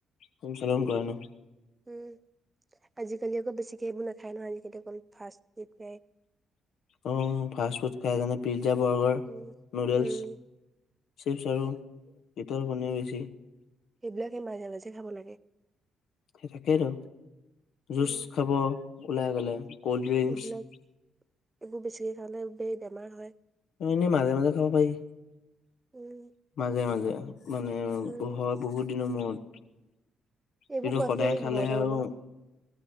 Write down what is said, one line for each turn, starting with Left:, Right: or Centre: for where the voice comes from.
Left: সঞ্চালন কৰে ন?
Right: উম। আজিকালি আক বেছিকে সেইবোৰ নাখায় নহয় আজিকালি অকল ফাষ্ট ফুড খায়।
Left: অ ফাষ্ট ফুড খাই জানে প পিজ্জা, বাৰ্গাৰ,
Right: উম
Left: নুডলছ,
Right: উম
Left: চিপছ আৰু পিতল পনীয় বেছি।
Right: সেইবিলাকে মাজে মাজে খাব লাগে।
Left: সেই তাকেই আৰু
Right: উম
Left: জুচ খাব ওলাই গ'লে কল্ড ড্ৰিংকচ
Right: এইবিলাক এইবোৰ বেছিকে খালে বে বেমাৰ হয়।
Left: এনেই মাজে মাজে খাব পাৰি
Right: উম
Left: মাজে মাজে। মানে
Right: উম
Left: হয় বহুত দিনৰ মূৰত
Right: এইবো
Left: কিন্তু
Right: খোৱাতকে
Left: সদায়
Right: এই
Left: খালে
Right: ঘৰতে
Left: আৰু
Right: বনোৱা।